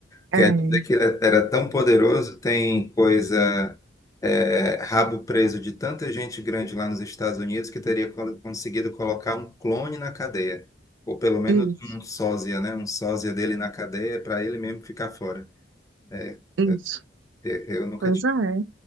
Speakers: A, on the right; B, on the left.
A: É,
B: Quer dizer que ele era tão poderoso, tem coisa, é, rabo preso de tanta gente grande lá nos Estados Unidos que teria colo- conseguido colocar um clone na cadeia. Ou pelo menos
A: isso,
B: um sósia, né? Um sósia dele na cadeia para ele mesmo ficar fora. É,
A: isso.
B: é, eu nunca
A: Pois é,